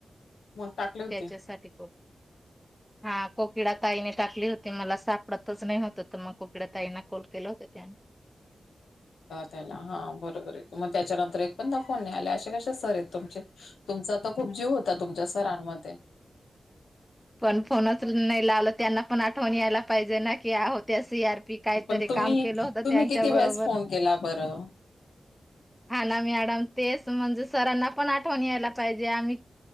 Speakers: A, on the left (about 85°); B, in the centre.
A: मग टाकले होते
B: त्याच्यासाठी कॉल. हा कोकिडा ताईने टाकली होती, मला सापडतच नाही होतं तर मग कोकिड्या ताईंना कॉल केलं होत त्याने.
A: त्याला हा बरोबर आहेेतो, मग त्याच्यानंतर एक पण फोन नाही, आल्या अशा कशा सर येत. तुमचा आता खूप जीव होता, तुमच्या सरांमध्ये.
B: पण फोनच नाही लावलं, त्यांना पण आठवण यायला पाहिजे, ना की आ होत. सी आर पी काहीतरी
A: पण तुम्ही
B: काम केलं होत,
A: तुम्ही
B: त्यांच्या
A: किती
B: बरोबर.
A: वेळेस फोन केला बरं
B: हा ना मॅडम तेच म्हणजे, सरांना पण आठवण यायला पाहिजे, आम्ही.